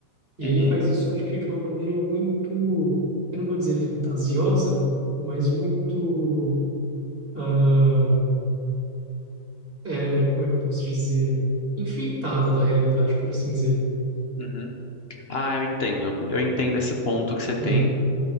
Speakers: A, on the right; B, on the left.
A: E
B: uhum,
A: ele faz isso, acho que de uma maneira muito, eu não vou dizer fantasiosa, mas muito, ah, é, como é que eu posso dizer? Enfeitada da realidade, por assim dizer.
B: uhum. Ah, eu entendo. Eu entendo esse ponto que você tem.
A: Uhum,